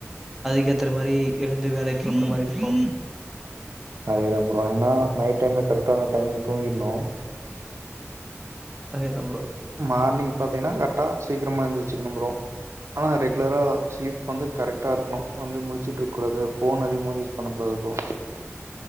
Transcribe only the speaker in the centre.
அதுக்கேத்தற மாரி எழுந்து வேலைக்கு கெளம்புற மாரி இருக்கும்
அதே தான் ப்ரோ